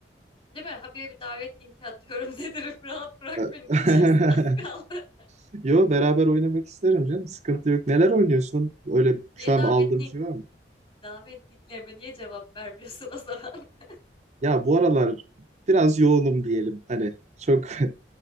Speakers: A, on the left; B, on the right.
A: Değil mi? Habire bir davet linki atıyorum <laughs> dedim. Rahat bırak
B: <laughs>
A: beni diyeceksin az kaldı.
B: Yo beraber oynamak isterim canım. Sıkıntı yok. Neler oynuyorsun? Öyle
A: Niye
B: şu an
A: davet
B: aldığım
A: link,
B: bir şey var mı?
A: davet linklerime niye cevap vermiyorsun o zaman? <laughs>
B: Ya bu aralar biraz yoğunum diyelim. Hani çok <laughs> e,